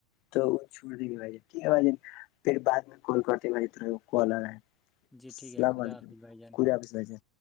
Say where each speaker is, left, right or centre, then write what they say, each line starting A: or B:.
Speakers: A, on the left (about 40°); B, in the centre.
A: تو چور دیکے بھیج ٹھ ہے ب ج پھر بع میں کال کرتی ماری طرح وہ کالر ہے
B: جی ٹھیک ہے
A: اللام
B: خدا
A: علیکم
B: حافظ بھائی جان
A: کور حافظ ب سے